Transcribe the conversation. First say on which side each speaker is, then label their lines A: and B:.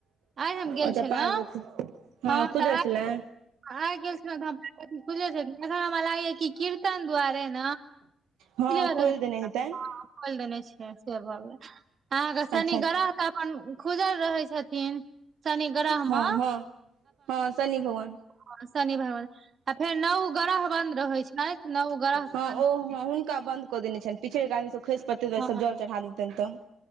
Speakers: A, on the right; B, on the right.
A: आइ हम गेल
B: अच्छा
A: छलहुँ
B: पार्वती
A: हँ
B: खुजल
A: तऽ आइ
B: छलै
A: आ गेल छलिनऽुे छल एन हमरा लागया कि कीर्तन दुआरे ने
B: हँ
A: खुजले
B: खोलि
A: रहे छैन
B: देने हेतनि
A: ह हम खोल देने छियन से भोगेलन अहाँके शनि
B: अच्छा
A: ग्रह तऽ अपन खुजल रहे छथिन शनि ग्रह
B: हँ
A: मे।
B: हँ हँ शनि भगवान।
A: हँ शनि भगवान आ फेर नौ ग्रह बन्द रहै छै नौव ग्रह
B: हँ
A: के बन्द
B: ओ
A: रहै
B: हँ हुनका
A: छै।
B: बन्द कऽ देने छैन पीछैड़ कऽ आदमी सब खइस पड़तै तऽ
A: हँ
B: सब जल चढ़ा देतैन तऽ